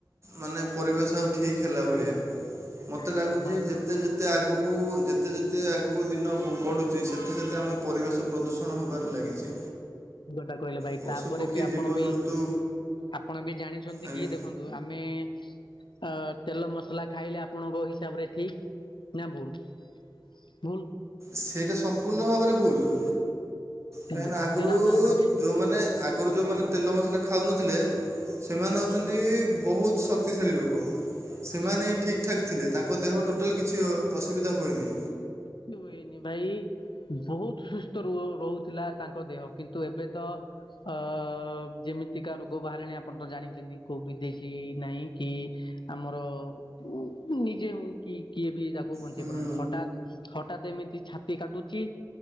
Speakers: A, on the right; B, on the left.
A: ମାନେ ପରିବେଶ ଆଉ ଠିକ୍ ହେଲା ଭଳିଆ ମତେ
B: ନାଇଁ ଭାଇ
A: ଲାଗୁଛି
B: ଆପଣ ଠିକ
A: ଯେତେ ଯେତେ ଆଗକୁ ଯେତେ ଯେତେ ଆଗକୁ ଦିନ ଗଢୁଛି ସେତେ ସେତେ ଆମ ପରିବେଶ ପ୍ରଦୂଷଣ ହେବାରେ ଲାଗିଛି
B: ଟା କହିଲେ ଭାଇ
A: ପଶୁପକ୍ଷୀ
B: ତାପରେ ବି ଆପଣ
A: ଜୀବଜନ୍ତୁ
B: ବି ଆପଣ ବି ଜାଣିଛନ୍ତି
A: ଆଜ୍ଞା
B: କି ଦେଖନ୍ତୁ ଆମେ ଅ ତେଲ ମସଲା ଖାଇଲେ ଆପଣଙ୍କ ହିସାବରେ ଠିକ ନା ଭୁଲ ଭୁଲ
A: ସେଇଟା ସମ୍ପୂର୍ଣ୍ଣ ଭାବରେ ଭୁଲ।
B: କିନ୍ତୁ
A: କାହିଁକିନା
B: ଖାଦ୍ୟରେ
A: ଆଗରୁ
B: ଆମେ ଆମେ
A: ଯୋଉମାନେ ଆଗରୁ ଯେଉଁମାନେ ତେଲ ମସଲା ଖାଉନଥିଲେ ସେମାନେ
B: ଆଚ୍ଛା
A: ହେଉଛନ୍ତି ବହୁତ ଶ ଶକ୍ତିଶାଳୀ ଲୋକ ସେମାନେ
B: ଆଚ୍ଛା।
A: ହିଁ ଠିକ ଠାକ୍ ଥିଲେ ତାଙ୍କ ଦେହ ଟୋଟାଲ କିଛି ଅ ଅସୁବିଧା ହୁଏନି।
B: କିଛି ହୁଏନି ଭାଇ ବହୁତ ସୁସ୍ଥ ର ରହୁଥିଲା ତାଙ୍କ ଦେହ କିନ୍ତୁ ଏବେ ତ ଅ ଯେମିତିକା ରୋଗ ବାହଣି ଆପଣ ତ ଜାଣିଛନ୍ତି କୋଉ ବିଦେଶୀ ନାହିଁ କି ଆମର ଉ ନିଜେ ହ କି କିଏ ବି ତାକୁ ବଞ୍ଚେଇ
A: ହୁଁ
B: ପାରୁନାହାନ୍ତି। ହଠାତ୍ ହଠାତ୍ ଏମିତି ଛାତି କାଟୁଛି।